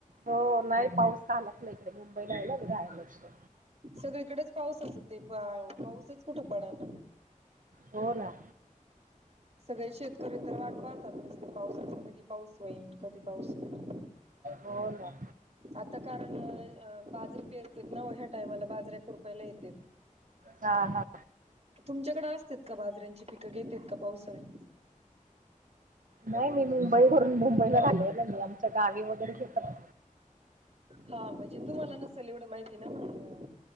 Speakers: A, on the right; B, on the right.
A: हो नाही पाऊस आलाच नाही इकडे मुंबईला आहेला घे राला इकडे
B: सगळीकडेच पाऊसच ते पाऊसच कुठं पडायला.
A: हो ना?
B: सगळे शेतकरी तर वाट पाहतात नसते पावसाचे कधी पाऊस होईल कधी पाऊस होईल.
A: हो ना?
B: आता कारण बाजरी पेरते ना ह्या टायमाला बाजऱ्या कुरपाला येते
A: हा हा
B: तुमच्याकडें असतेात का बाजऱ्यांची पिकं घेतात का पावसाळी
A: नाही मी मुंबई भरून मुंबईला झालेलं नाही आमच्या गावी वगैरे घेतात
B: हा म्हणजे तुम्हाला नसेल एवढं माहिती ना मग